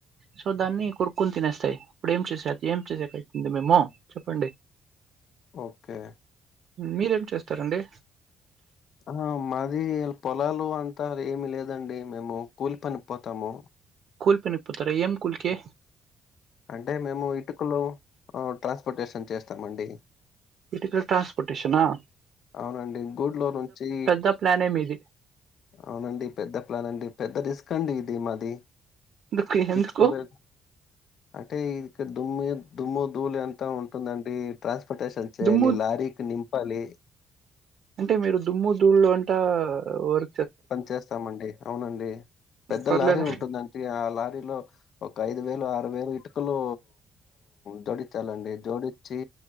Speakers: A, on the right (about 65°); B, on the left (about 65°).
A: సో దాన్ని కొరుక్కొని తినేస్తాయి ఇప్పుడు ఏం చేసేది ఏం చేసికీ అయితుంది మేము చెప్పండి
B: ఓకే
A: మీరేం చేస్తారండి
B: ఆ మాది పొలాలు అంత ఏమి లేదండి మేము కూలి పనికిపోతాము
A: కూలీ పనికి పోతార ఏం కూలికి
B: అంటే మేము ఇటుకలు ఆ ట్రాన్స్పోర్టేషన్ చేస్తామండి
A: ఇటుకలు ట్రాన్స్పోర్టేషన్ ఆ
B: అవునండి గూట్లో నుంచి
A: పెద్ద ప్లానే మీది.
B: అవునండి పెద్ద ప్లాన్ అండి పెద్ద రిస్క్ అండి ఇది మాది
A: ఎందుకు
B: <unintelligible>
A: ఎందుకు
B: అంటే ఇ దుమ్మి దుమ్ము ధూళి అంత ఉంటుందండి ట్రాన్స్పోర్టేషన్ చేయాలి
A: దుమ్ము
B: లారీకి నింపాలి
A: అంటే మీరు దుమ్ము దూళ్ళ <unintelligible> వర్
B: పని చేేస్తామండి అవునండి పెద్ద
A: పర్లేదు
B: లారీ ఉంటుందండి ఆ లారీలో ఒక ఐదు వేలు ఆరు వేలు ఇటుకలు జోడిచాలండి జోడిచి